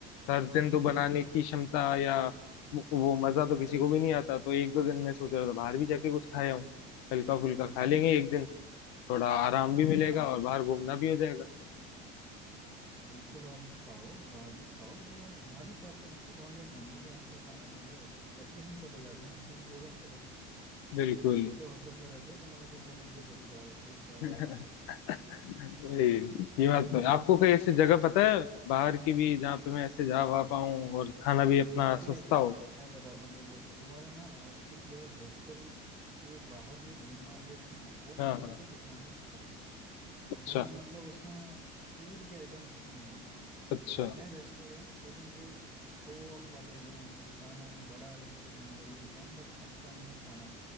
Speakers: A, on the left; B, in the centre.
A: हर दिन तो बनाने की क्षमता या वो वो मजा तो किसी को भी नहीं आता तो एक दो दिन मैं सोच रहा था बाहर भी जाके कुछ खाया हूँ हल्का फुल्का खा लेंगे एक दिन थोड़ा आराम भी मिलेगा
B: हाँ बिल्कुल
A: और बाहर घूमना
B: बिल्कुल
A: भी हो जाएगा
B: बिल्कुल आप खाओ बाहर भी खाओ तो यार यहाँ भी खाते हैं मतलब हम जब मम्मी के हाथ का खाना मिल रहा होता है तब भी हम चले जाते हैं हफ्ते में दो बार तो बाहर
A: बिल्कुल
B: तो तुम तो हॉस्टल में रहते हो तुम्हारा तो जन्म सिद्ध अधिकार है भाई चार
A: <laughs>
B: बार खाना
A: वही ये बात
B: तो
A: तो है। आपको कोई
B: ठीक
A: ऐसी
B: है
A: जगह
B: ना
A: पता है बाहर की भी जहाँ पे मैं ऐसे जा वहा पाऊँ और खाना भी अपना
B: हाँ अरे
A: सस्ता हो
B: मैं बताता हूँ देखो तुम्हारा ना एक्चुअली क्या है हॉस्टल के बाहर जो मेन मार्केट है ना वो मार्केट
A: हाँ हाँ
B: तो दिखाने वाला है
A: अच्छा
B: दिखाने का मतलब उसमें फूड के आइटम अच्छे नहीं है
A: अच्छा
B: तो हैं रेस्टोरेंट लेकिन वो शो ऑफ वाले हैं दिखाना है बड़ा रेस्टोरेंट बड़ी दुकान बट अच्छा नहीं है खाना